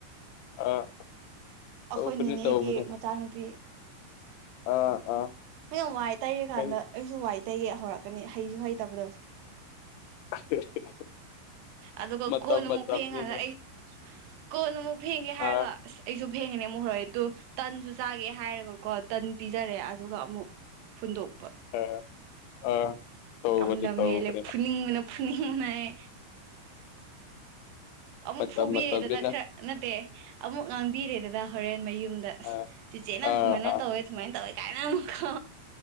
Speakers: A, on the left; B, on the right.
A: ꯑꯥ
B: ꯑꯩꯈꯣꯏ
A: ꯇꯧꯕꯅꯦ
B: ꯅꯤꯅꯦꯒꯤ
A: ꯇꯧꯕꯅꯦ
B: ꯃꯆꯥꯅꯨꯄꯤ
A: ꯑꯥ ꯑꯥ
B: ꯑꯩꯅ ꯋꯥꯏ ꯇꯩꯔꯀꯥꯟꯗ
A: ꯀꯔꯤ
B: ꯑꯩꯁꯨ ꯋꯥꯏ ꯇꯩꯒꯦ ꯍꯧꯔꯛꯀꯅꯤ ꯍꯩꯁꯨ ꯍꯩꯇꯕꯗꯣ
A: <unintelligible>
B: ꯑꯗꯨꯒ
A: ꯃꯇꯝ
B: ꯀꯣꯟ ꯑꯃꯨꯛ
A: ꯃꯇꯝꯅꯤꯅ
B: ꯐꯦꯡꯀꯥꯟꯗ ꯑꯩ ꯀꯣꯟ ꯑꯃꯨꯛ ꯐꯦꯡꯒꯦ ꯍꯥꯏꯔꯒ
A: ꯑꯥ
B: ꯑꯁ ꯑꯩꯁꯨ ꯐꯦꯡꯉꯅꯤ ꯑꯃꯨꯛ ꯍꯧꯔꯦꯇꯨ ꯇꯟꯁꯨ ꯆꯥꯒꯦ ꯍꯥꯏꯔꯒꯀꯣ ꯇꯟ ꯄꯤꯖꯔꯦ ꯑꯗꯨꯒ ꯑꯃꯨꯛ ꯍꯨꯟꯗꯣꯛꯄ
A: ꯑꯥ ꯑꯥ ꯇꯧꯕꯅꯦ
B: ꯌꯥꯝ ꯂꯝ
A: ꯇꯧꯕꯅꯦ
B: ꯍꯦꯜꯂꯦ ꯐꯨꯅꯤꯕꯅꯥ ꯐꯨꯅꯤꯕꯅꯥ ꯑꯩ ꯑꯃꯨꯛ
A: ꯃꯇꯝ
B: ꯐꯨꯕꯤꯔꯦꯗ
A: ꯃꯇꯝꯅꯤꯅ
B: ꯈꯔ ꯅꯠꯇꯦ ꯑꯃꯨꯛ ꯉꯥꯡꯕꯤꯔꯦꯗꯅ ꯍꯣꯔꯦꯟ ꯃꯌꯨꯝꯗ ꯑꯁ
A: ꯑꯥ
B: ꯆꯦꯆꯦꯅ
A: ꯑꯥ
B: ꯁꯨꯃꯥꯏꯅ
A: ꯑꯥ
B: ꯇꯧꯋꯦ ꯁꯨꯃꯥꯏ ꯇꯧꯋꯦ ꯀꯥꯏꯅ ꯑꯃꯨꯛꯀꯣ